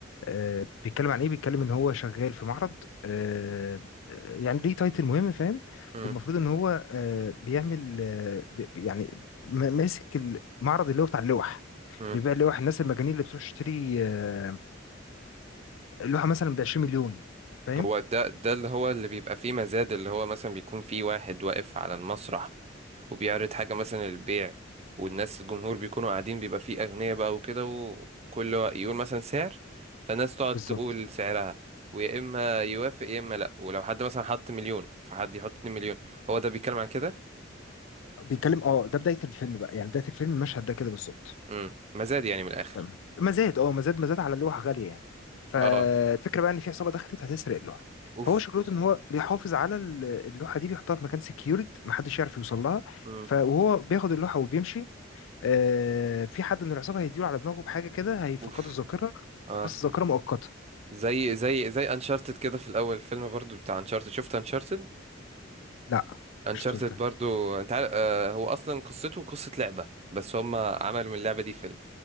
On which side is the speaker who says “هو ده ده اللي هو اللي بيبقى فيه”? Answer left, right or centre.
Right